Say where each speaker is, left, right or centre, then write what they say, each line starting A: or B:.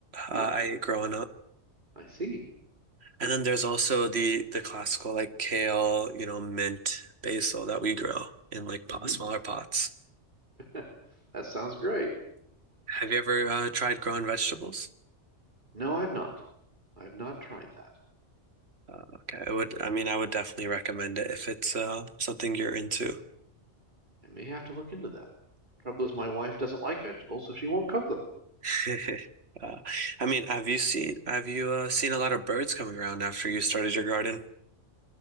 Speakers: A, on the right; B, on the right.
A: uh,
B: huh,
A: I ate growing up.
B: I see.
A: And then there's also the the classical like kale, you know, mint, basil that we grow in like pot,
B: Mm-hmm.
A: smaller pots.
B: <laughs> That sounds great.
A: Have you ever uh, tried growing vegetables?
B: No, I've not. I've not tried that.
A: Uh, okay, I would. I mean, I would definitely recommend it if it's uh, something you're into.
B: I may have to look into that. Trouble is, my wife doesn't like vegetables, so she won't cook them.
A: <laughs> Uh, I mean, have you seen have you uh, seen a lot of birds coming around after you started your garden?